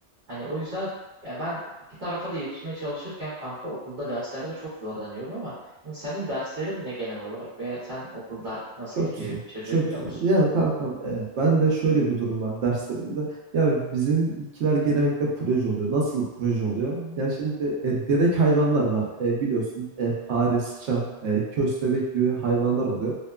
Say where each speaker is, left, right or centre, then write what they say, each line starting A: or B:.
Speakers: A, on the right (about 50°); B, on the right (about 75°).
A: Hani o yüzden ya ben iki tarafa da yetişmeye çalışırken kanka okulda derslerde çok zorlanıyorum ama hani senin derslerin ne genel olarak veya sen okulda nasıl
B: Çok
A: gidiyor
B: güzel.
A: çözebiliyor
B: Çok güzel.
A: musun?
B: Yani kankam e, ben de şöyle bir durum var derslerimde. Yani bizimkiler genellikle proje oluyor. Nasıl proje oluyor? Yani şimdi e, derek hayvanlar var. E, biliyorsun e, fare, sıçan, e, köstebek gibi hayvanlar oluyor.